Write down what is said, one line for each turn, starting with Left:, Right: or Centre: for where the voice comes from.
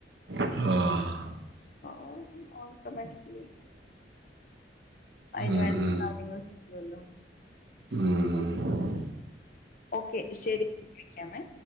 Right: ആ
Left: മ്മ് ഓട്ടോമറ്റിക്കിലി അതിനുവേണ്ട
Right: ഉം ഉം
Left: കാര്യങ്ങളൊക്കെ ചെയുല്ലോ
Right: ഉം ഉം.
Left: ഓക്കെ ശരി വിളിക്കാമെ